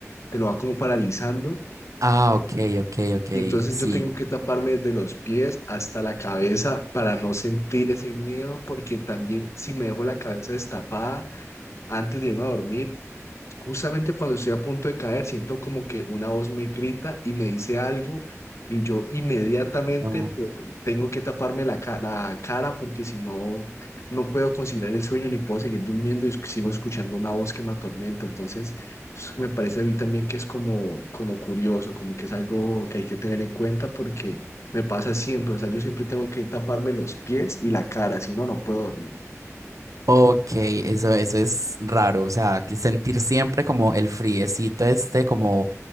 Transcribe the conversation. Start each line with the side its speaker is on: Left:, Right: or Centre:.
Left: te lo va como paralizando
Right: Ah, ok, ok, ok.
Left: y entonces
Right: Sí.
Left: yo tengo que taparme desde los pies hasta la cabeza para no sentir ese miedo, porque también si me dejo la cabeza destapada antes de irme a dormir, Justamente cuando estoy a punto de caer, siento como que una voz me grita y me dice algo y yo inmediatamente
Right: No.
Left: por- tengo que taparme la, ca- la cara porque si no, no puedo conciliar el sueño ni puedo seguir durmiendo y es- sigo escuchando una voz que me atormenta. Entonces, es- me parece a mí también que es como, como curioso, como que es algo que hay que tener en cuenta porque me pasa siempre, o sea, yo siempre tengo que taparme los pies y la cara, si no, no puedo dormir.
Right: Ok, eso, eso es raro, o sea, que sentir siempre como el friecito este, como